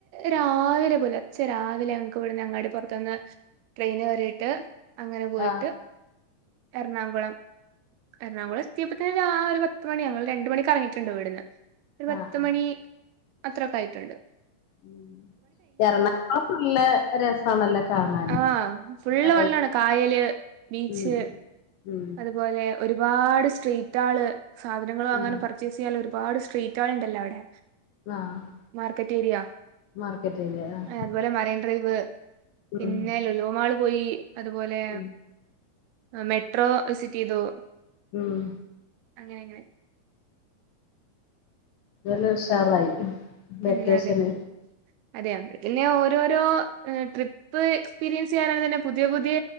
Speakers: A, on the right (about 80°); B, on the left (about 75°).
A: രാവിലെ പുലർച്ചെരാ രാവില ഞങ്ങക്ക് ഇവിടുന്ന് അങ്ങാടി പുറത്തുന്ന് ട്രെയിൻ വരയിട്ട് അങ്ങനെ പോയിട്ട്
B: ആഹ്
A: എറണാകുളം എറണാകുളത്തി ഒരു പത്ത് മണി ഞങ്ങൾ രണ്ട മണി ഇറങ്ങിയിട്ടുണ്ട് വീടിന്ന് ഒരുപത്ത്
B: ആഹ്
A: മണി അത്രൊക്കയിട്ടുണ്ട്
B: ഉ എറണാകുളം നല്ല രസണല്ലോ കാണാന്
A: ആഹ് ഫുള്ള്
B: നല്ല
A: വെള്ളാണ് കായല് ബീച്ച്
B: ഉ ഉ
A: അതുപോലെ ഒരുപാട് സ്ട്രീറ്റ് ആള് സാധനങ്ങളൾ
B: ഉം
A: അങ്ങനെ പർച്ചേസ് ചെയ്യാൽ രുപാട് സ്ട്രീറ്റുകൾ ഉണ്ടല്ലോ അവിടെ
B: ആഹ്
A: മാർക്കറ്റ് ഏരിയ
B: മാർക്കറ്റില് ആഹ്
A: അതുപോലെ മറൈൻ ഡ്രൈവ്
B: ഉം
A: പിന്നെ ലുലുവമാൾ പോയി അതുപോലെ
B: ഉം
A: ആ മെട്രോ വിസിറ്റിതു
B: ഉം
A: അങ്ങനെങ്ങനെ
B: എന്തുവാലും ഉഷാറായി വെക്കേഷന്
A: ഉം അതെ അതെയോ അപ്പതന്നെ ഓര- ഓരോരോ ട്രിപ്പ് എക്സ്പീരിയൻസ് ചെയ്യാനും തന്നെ പുതിയ പുതിയ